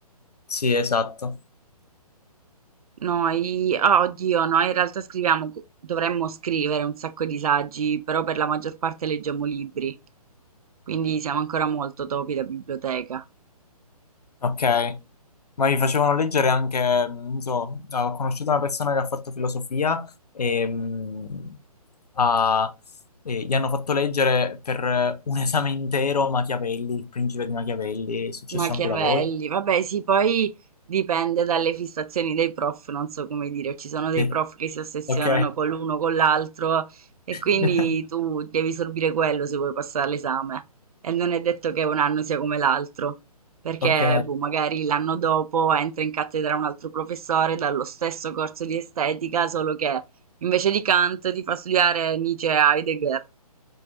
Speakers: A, on the left (about 80°); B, on the right (about 65°).
A: Sì, esatto.
B: Noi, ah, oddio, noi in realtà scriviamo, dovremmo scrivere un sacco di saggi, però per la maggior parte leggiamo libri, quindi siamo ancora molto topi da biblioteca.
A: Ok, ma mi facevano leggere anche, mm, non so, ho conosciuto una persona che ha fatto filosofia e, mm, ha- e gli hanno fatto leggere per un esame intero Machiavelli, il principe di Machiavelli, è successo
B: Machiavelli,
A: anche da voi?
B: vabbè, sì, poi dipende dalle fissazioni dei prof, non so come dire, ci sono dei
A: Sì.
B: prof che si ossessionano
A: Ok,
B: con l'uno, con l'altro e
A: <laughs>
B: quindi tu devi sorbire quello se vuoi passare l'esame e non è detto che un anno sia come l'altro, perché
A: ok,
B: boh, magari l'anno dopo entra in cattedra un altro professore dallo stesso corso di estetica, solo che invece di Kant ti fa studiare Nietzsche e Heidegger,